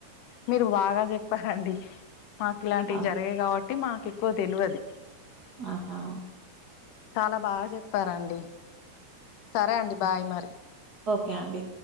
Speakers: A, on the left; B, on the right.
A: మీరు బాగా చెప్పారండి మాకిలాంటివి
B: అవును
A: జరిగయి గావట్టి మాకేక్కువ దెల్వది
B: ఆహా
A: చాలా బాగా చెప్పారండి సరే అండి బాయ్ మరి
B: క్యాండీ